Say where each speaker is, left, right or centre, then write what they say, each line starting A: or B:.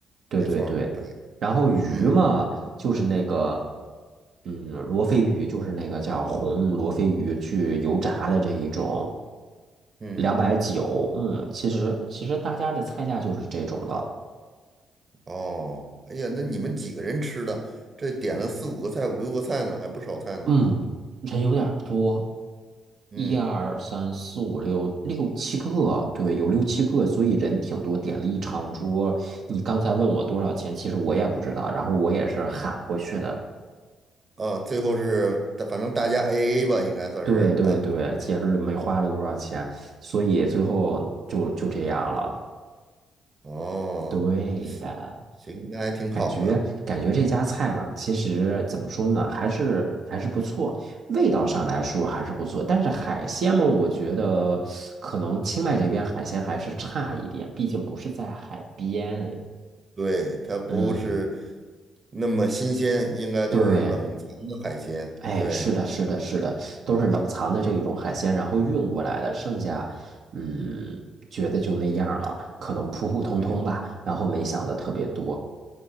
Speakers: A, on the right (about 65°); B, on the right (about 35°).
A: 对对对，
B: 没错儿，对，
A: 然后鱼嘛，
B: 嗯
A: 就是那个，嗯，罗非鱼，就是那个叫红罗非鱼，去油炸的这一种，
B: 嗯。
A: 两百九，嗯，其实其实大家的菜价就是这种了，
B: 哦，哎呀，那你们几个人吃的？这点了四五个菜，
A: 哦，
B: 五六个菜呢，还不少菜呢。
A: 嗯，人有点儿多，
B: 嗯，
A: 一二三四五六六七个，对，有六七个，所以人挺多，点了一长桌。你刚才问我多少钱，其实我也不知道，然后我也是喊过去的。
B: 啊，最后是，反正大家 AA 吧，应该算是啊。
A: 对对对，节日没花了多少钱，所以最后就就这样了。
B: 哦，
A: 对的，
B: 行，那还挺好的。
A: 感觉感觉这家菜嘛，其实怎么说呢，还是还是不错，味道上来说还是不错。但是海鲜嘛，我觉得可能清迈这边海鲜还是差一点，毕竟不是在海边。
B: 对，它不是
A: 嗯，
B: 那么新鲜，应该都是冷藏的海鲜。
A: 对。哎，
B: 对，
A: 是的，是的，是的，都是冷藏的这一种海鲜，
B: 嗯
A: 然后运过来的，剩下，嗯，觉得就那样了，可能普普通通吧，
B: 嗯
A: 然后没想的特别多。